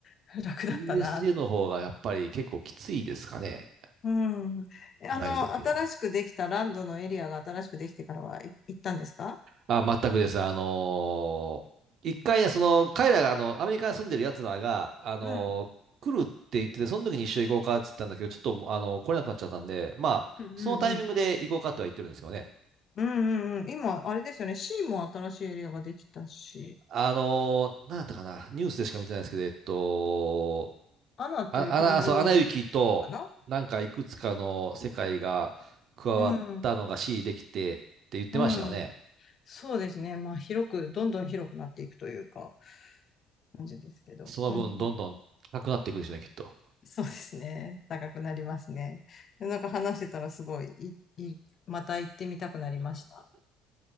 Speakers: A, on the left (about 40°); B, on the right (about 55°).
A: <laughs> 楽だったな。
B: USJ の方がやっぱり結構きついですかね、
A: うん。えあの、
B: ライド系は。
A: 新しくできたランドのエリアが新しくできてからはい行ったんですか
B: あ、全くです。あのー一回ね、その、彼らが、あの、アメリカに住んでる奴らが、あのー来るって言ってて、
A: うん。
B: その時に一緒に行こうかって言ったんだけど、ちょっと、あのー来れなくなっちゃったんで、まあ、
A: うんうんうん。
B: そのタイミングで行こうかとは言ってるんですけどね。
A: うんうんうん。今、あれですよね。シーも新しいエリアができたし、
B: あのー、なんだったかな、ニュースでしか見てないですけど、えっと、
A: アナと雪の女王
B: あ、あな、そう、アナ雪と、
A: かな
B: なんかいくつかの世界が加わったのが
A: うん。
B: C できてって言ってましたよね。
A: うん。そうですね。まあ、広く、どんどん広くなっていくというか、感じですけど。
B: その分、
A: うん。
B: どんどん高くなっていくでしょうね、きっと。
A: そうですね。高くなりますね。なんか話してたらすごい、い、い、また行ってみたくなりました。